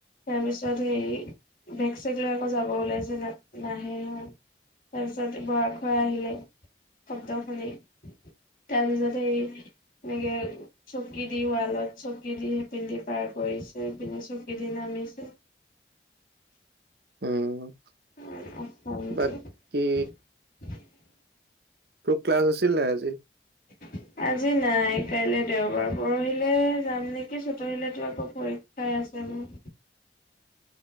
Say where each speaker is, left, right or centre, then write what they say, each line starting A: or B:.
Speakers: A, on the left (about 50°); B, on the right (about 65°).
A: তাৰ পিছত হেই বেগ চেগ লৈ আকৌ যাব ওলাইছে, ন নাহে তাৰপিছত বৰাক খুৰা আহিলে শব্দ শুনি। তাৰপিছতে এনেকে চকী দি ৱালত চকী দি সি পিন্ধি পাৰ কৰিছে পিনে চকী দিনা। শুনিছো
B: উম।
A: উ
B: বাকী
A: <unintelligible>
B: তোৰ ক্লাছ আছিল নাই আজি?
A: <inaudible> আজি নাই কাইলে দেওবাৰ পৰহিলে যাম নেকি চতখিলে আকৌ পৰীক্ষাই আচে। উ <inaudible>